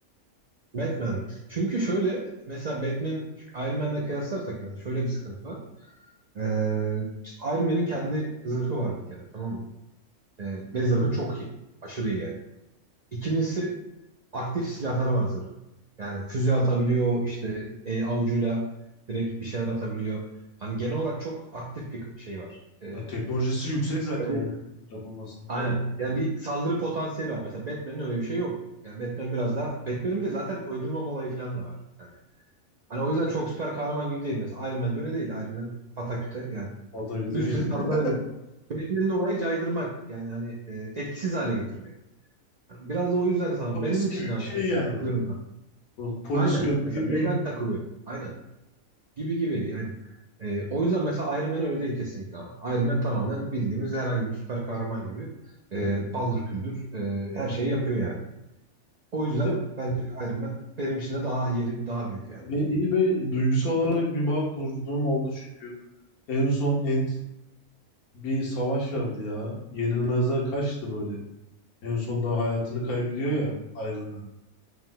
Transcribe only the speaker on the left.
Hmm.
Ya teknolojisi yüksek zaten
onun
yapılmasının
falan.
O da güzel.
<laughs>
Polis
gibi bir
şey
yani.
Bu Polis
görevi
gibi
bir de
bir- iyi bir duygusal olarak bir bağ kurduğum oldu çünkü en son Ant bir savaş vardı ya. Yenilmezler kaçtı böyle. En sonunda hayatını kaybediyor ya Iron